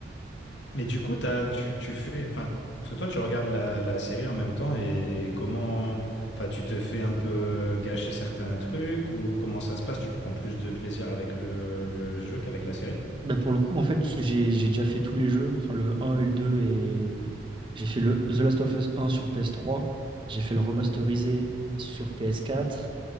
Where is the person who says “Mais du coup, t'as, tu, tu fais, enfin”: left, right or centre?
Left